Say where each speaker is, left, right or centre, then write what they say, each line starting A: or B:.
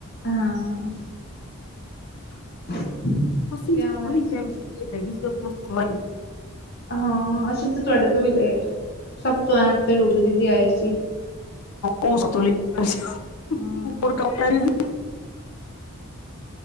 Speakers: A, on the left; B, on the left.
A: ਹਾਂ। <unintelligible>
B: ਅਸੀ
A: ਵਿਆਵਾਂ
B: ਸ
A: ਵਿੱਚ
B: ਫੇਰ
A: ਤੇ ਹੋ ਜਾਂਦਾ।
B: ਹੈਗੀ ਸੀ। ਹੋਈ।
A: ਹਾਂ ਅਸੀਂ ਤੇ ਤੁਹਾਡੇ ਤੋਂ ਵੀ ਲੇਟ ਸਭ ਤੋਂ ਆਣ ਤੇ ਰੂਬੀ ਦੀਦੀ ਆਏ ਸੀ।
B: ਉਹ <unintelligible>
A: ਹਾਂ
B: ਹੋਰ ਕਹਿ ਰਹੀ ਸੀ।